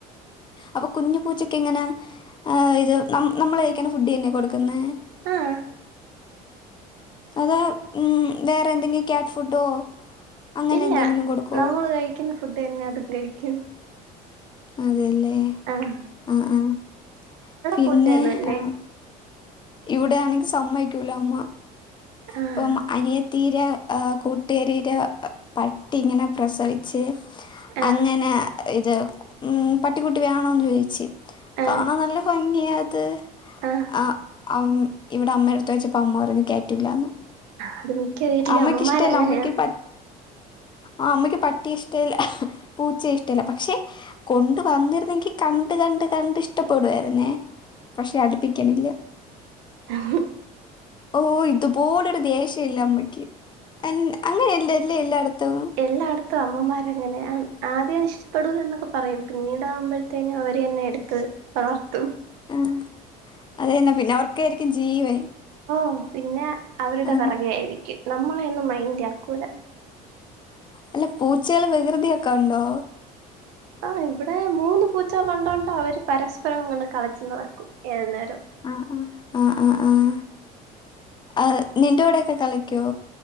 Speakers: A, on the left; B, on the right.
A: അപ്പൊ കുഞ്ഞു പൂച്ചക്കിങ്ങനെ ഇത് നമ്മ നമ്മള് കഴിക്ക്ണെ ഫുഡ് തന്നെയാണോ കൊടുക്കുന്നേ?
B: ആഹ്
A: അതോ വേറെ എന്തെങ്കിലും ക്യാറ്റ് ഫുഡോ. അങ്ങനെ
B: ഇല്ല
A: എന്തെങ്കിലും കൊടുക്കോ?
B: നമ്മൾ കഴിക്കുന്ന ഫുഡ് തന്നെ അതും കഴിക്കും.
A: അതേല്ലേ
B: ആഹ്
A: ആ ആഹ് പിന്നെ
B: പൂച്ചയൊന്നുല്ലേ
A: ആ ഇവിടെയാണെങ്കി സമ്മതിക്കൂല അമ്മ
B: ആഹ്
A: ഇപ്പം അനിയത്തീരെ കൂട്ടുകാരിയുടെ പട്ടി ഇങ്ങനെ പ്രസവിച്ച്
B: ആഹ്
A: അങ്ങനാ ഇത് ഉം പട്ടിക്കുട്ടി വേണോന്ന് ചോദിച്ച്
B: ആഹ്
A: കാണാൻ നല്ല ഭംഗിയാ അത്.
B: ആഹ്
A: ആ ഇവിടെ അമ്മേന്റെടുത്ത് ചോദിച്ചപ്പോ അമ്മ പറഞ്ഞ് കേറ്റൂല്ലാന്ന്
B: അത് മിക്ക വീട്ടിലും
A: അമ്മയ്ക്ക്
B: അമ്മമാരങ്ങനെയാണ്
A: ഇഷ്ട്ടല്ല അമ്മയ്ക്ക് പറ്റ് ആ അമ്മയ്ക്ക് പട്ടി ഇഷ്ടല്ല പൂച്ചയെ ഇഷ്ടല്ല പക്ഷെ കൊണ്ട് വന്നിരുന്നെങ്കി കണ്ട് കണ്ട് കണ്ട് ഇഷ്ടപ്പെടുവായിരുന്നേ. പക്ഷെ അടുപ്പിക്കെണില്ല.
B: ആ
A: ഓ ഇതുപോലൊരു ദേഷ്യ ഇല്ല അമ്മയ്ക്ക് അങ്ങനെയല്ലെല്ലേ എല്ലായിടത്തും
B: എല്ലായിടത്തും അമ്മമാരങ്ങനെയാണ് ആദ്യം ഇഷ്ട മെച്ചപ്പെടുൂലാ എന്നൊക്കെ പറയും പിന്നീടാകുമ്പഴ്ത്തേനും അവര് എന്നെ എടുത്ത് തളർത്തും.
A: ആഹ്, അത് തന്നെ പിന്നെ അവർക്ക് ആയിരിക്കും ജീവൻ
B: ഓഹ്, പിന്നെ അവരുടെ
A: ആ,
B: പെറകെ ആയിരിക്കും. നമ്മളെ ഒന്നും മൈൻ്റി ആക്കൂല.
A: അല്ല പൂച്ചകള് വികൃതിയൊക്കെ ഉണ്ടോ?
B: ആഹ്, ഇവിടെ മൂന്ന് പൂച്ചകളൊണ്ടോണ്ട് അവര് പരസ്പരം അങ്ങട്ട് കളച്ച് നടക്കും ഏത് നേരവും.
A: ആഹ്, ആഹ്, ആഹ്, ആഹ്, ആഹ്, ആഹ് നിന്റെ കൂടെയൊക്കെ കളിക്കോ?